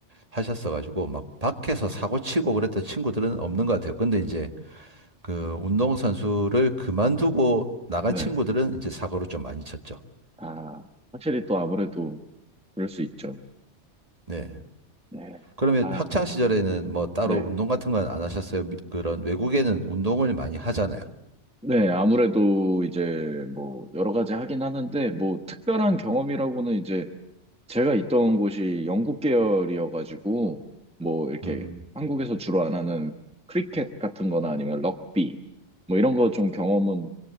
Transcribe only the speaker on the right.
하셨어가지고 막 밖에서 사고 치고 그랬던 친구들은 없는 것 같아요. 근데 이제 그 운동선수를 그만두고 나간
친구들은 이제 사고를 좀 많이 쳤죠.
네.
그러면
학창 시절에는 뭐 따로
운동 같은 건 안 하셨어요? 미- 그런 외국에는 운동을 많이 하잖아요.
음.